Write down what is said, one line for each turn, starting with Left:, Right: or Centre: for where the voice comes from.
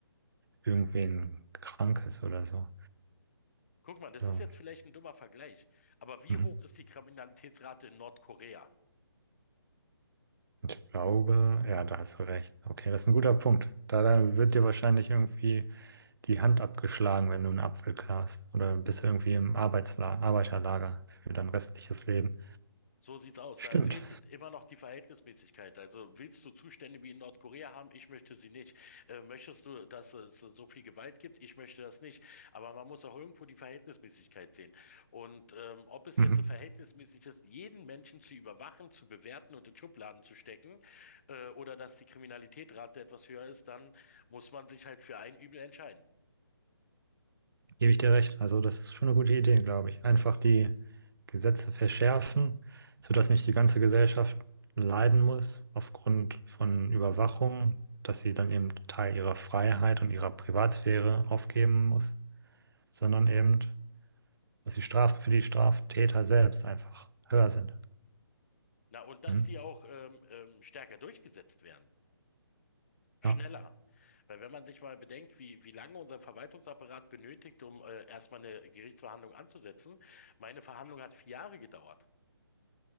Right: irgendwen Krankes oder so.
Left: Guck mal, das
Right: So,
Left: ist jetzt vielleicht ein dummer Vergleich, aber wie
Right: mhm.
Left: hoch ist die Kriminalitätsrate in Nordkorea?
Right: Ich glaube, ja, da hast du recht. Okay, das ist ein guter Punkt. Da, da wird dir wahrscheinlich irgendwie die Hand abgeschlagen, wenn du einen Apfel klarst. Oder bist du irgendwie im Arbeitsla Arbeiterlager für dein restliches Leben.
Left: So sieht's aus.
Right: Stimmt.
Left: Da fehlt immer noch die Verhältnismäßigkeit. Also willst du Zustände wie in Nordkorea haben? Ich möchte sie nicht. Äh, möchtest du, dass es so viel Gewalt gibt? Ich möchte das nicht. Aber man muss auch irgendwo die Verhältnismäßigkeit sehen. Und ähm, ob es
Right: Mhm.
Left: jetzt so verhältnismäßig ist, jeden Menschen zu überwachen, zu bewerten und in Schubladen zu stecken, äh, oder dass die Kriminalitätsrate etwas höher ist, dann muss man sich halt für ein Übel entscheiden.
Right: Gebe ich dir recht. Also das ist schon eine gute Idee, glaube ich. Einfach die Gesetze verschärfen, sodass nicht die ganze Gesellschaft leiden muss aufgrund von Überwachung, dass sie dann eben Teil ihrer Freiheit und ihrer Privatsphäre aufgeben muss, sondern eben, dass die Strafen für die Straftäter selbst einfach höher sind.
Left: Na, und dass
Right: Mhm.
Left: die auch ähm, ähm, stärker durchgesetzt werden. schneller.
Right: Ja.
Left: Weil wenn man sich mal bedenkt, wie, wie lange unser Verwaltungsapparat benötigt, um äh, erstmal eine Gerichtsverhandlung anzusetzen, meine Verhandlung hat vier Jahre gedauert.